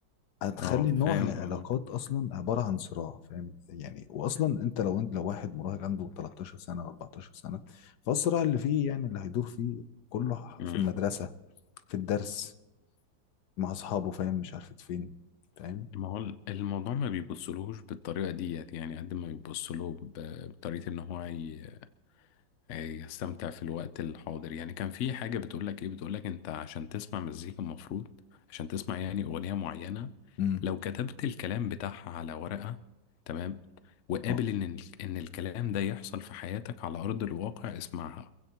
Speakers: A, on the left (about 65°); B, on the left (about 85°).
A: هتخلي
B: اه فاهم
A: نوع العلاقات
B: قصدك
A: اصلا عباره عن صراع فاهم يعني واصلا انت لو انت لو واحد مراهق عنده 13 سنه او 14 سنه فالصراع اللي فيه يعني اللي هيدور فيه كله
B: امم
A: في المدرسه في الدرس مع اصحابه فاهم مش عارف فين فاهم
B: ما هو الموضوع ما بيبصلهوش بالطريقه ديت يعني قد ما بيبصله ب- بطريقه ان هو ي- يستمتع في الوقت الحاضر يعني كان في حاجه بتقول لك ايه بتقول لك انت عشان تسمع مزيكا المفروض عشان تسمع يعني اغنيه معينه
A: امم
B: لو كتبت الكلام بتاعها على ورقه تمام وقابل
A: اه
B: ان ال- ان الكلام ده يحصل في حياتك على ارض الواقع اسمعها